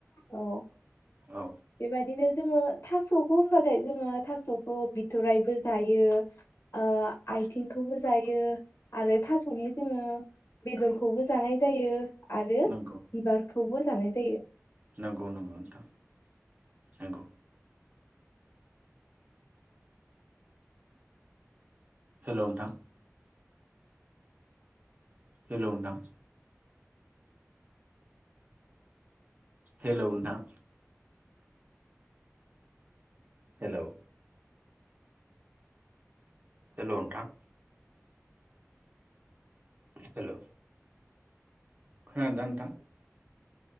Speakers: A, on the left; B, on the right.
A: औ
B: औ
A: बेबादिनो। जोङो थास'खौ होनबाथाय जोङो, थास'खौ बिथरायबो जायो, ओ-आथिंखौबो जायो, आरो थास'नि जोङो बेदरखौबो जानाय जायो। आरो
B: नंगौ
A: बिबारखौबो। जानाय जायो।
B: नंगौ नंगौ नोंथां नंगौ। हेलौ नोंथां। हेलौ नोंथां। हेलौ नोंथां हेलौ हेलौ नोंथां हेलौ खोनादोना नोंथां?